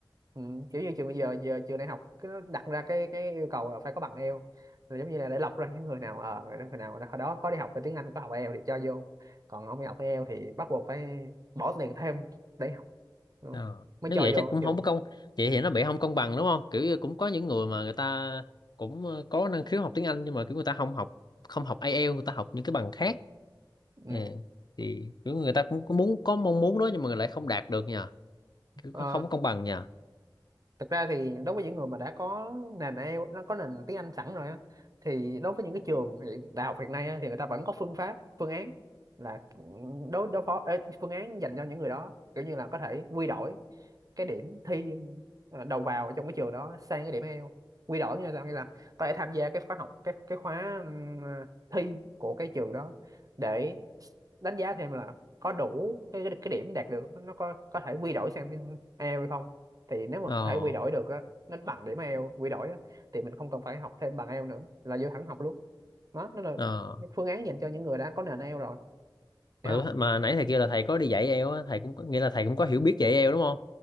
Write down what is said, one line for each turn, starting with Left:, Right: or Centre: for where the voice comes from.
Right: ừ. kiểu như trường bây giờ giờ trường đại học cứ đặt ra cái cái yêu cầu là phải có bằng Eo là giống như là để lọc ra những người nào ờ người đó- người nào hồi đó có đi học về tiếng Anh có học Eo thì cho vô còn không đi học Eo thì bắt buộc phải bỏ tiền thêm để học đúng không?
Left: Ờ.
Right: mới
Left: Nếu
Right: cho
Left: vậy
Right: vô
Left: chắc cũng
Right: trường
Left: không có công vậy thì nó bị không công bằng đúng không kiểu như cũng có những người mà người ta cũng ờ, có năng khiếu học tiếng Anh nhưng mà kiểu người ta không học không học IELTS người ta học những cái bằng khác
Right: ừ.
Left: Ờ. thì kiểu người ta cũng có muốn có mong muốn đó nhưng mà lại không đạt được nhờ kiểu
Right: Ờ,
Left: không có công bằng nhờ
Right: thực ra thì đối với những người mà đã có nền IELTS nó có nền tiếng Anh sẵn rồi á thì đối với những cái trường hiện, đại học hiện nay á, thì người ta vẫn có phương pháp phương án là đối đối phó ê, phương án dành cho những người đó kiểu như là có thể quy đổi cái điểm thi ờ, đầu vào ở trong cái trường đó sang cái điểm IELTS quy đổi như là sao? nghĩa là có thể tham gia cái khóa học cái cái khóa ừm, thi của cái trường đó để đánh giá thêm là có đủ cái cái điểm đạt được nó có có thể quy đổi sang tiếng IELTS hay không thì nếu mà
Left: ờ
Right: có thể quy đổi được á nó bằng điểm IELTS quy đổi á, thì mình không cần phải học thêm bằng IELTS nữa là vô thẳng học luôn đó nó là
Left: ờ
Right: cái phương án dành cho những người đã có nền IELTS rồi hiểu
Left: mà,
Right: không
Left: mà nãy thầy kêu là thầy có đi dạy IELTS á, thầy cũng có- nghĩa là thầy cũng có hiểu biết về IELTS đúng không